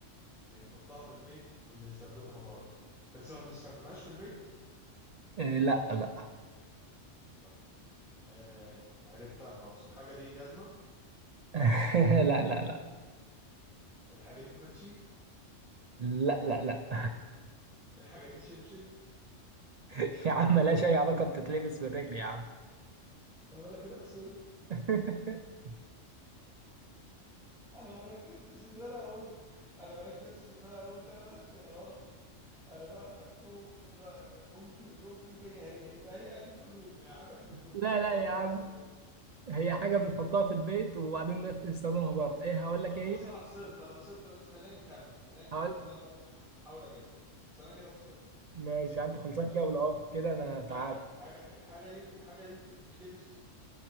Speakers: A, in the centre; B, on the right.
A: بنحطها في البيت وبنستخدمها بره بس ما بنستخدمهاش في البيت
B: إيه لا لا
A: طيب آه عرفتها خلاص الحاجة دي جزمة
B: <laughs> لا لا لا
A: الحاجة دي كوتشي
B: لا لا لا
A: الحاجه دي شبشب
B: <laughs> يا عم ملهاش اي علاقة بتتلبس بالرجل يا عم
A: طب انا كده خسرت
B: <laughs>
A: انا ما ركزتش ان انا اقول انا ما ركزتش ان انا اقول ثلاث اختيارات انا بقى خدتهم غ- غ- قلت مليون في المية هي يبقى هي اكيد هدوم هي حاجة في الهدوم
B: لا
A: طالما
B: لا
A: مش
B: يا
A: هتلبس
B: عم
A: في الرجل
B: هي حاجة بنحطها في البيت وبعدين نستخدمها بره ايه هقول لك
A: طب
B: ايه
A: بص
B: هي
A: انا خسرت انا خسرت بس خلينا نكمل خلينا نكمل
B: هقول
A: ان انا احاول أحاول اجيبها بس انا كده خسرت
B: ماشي انت
A: آه
B: خلصان
A: طيب
B: جولة اهو كده انا تعادل
A: يعني حاجة الحاجة دي الحاجة دي بتتلبس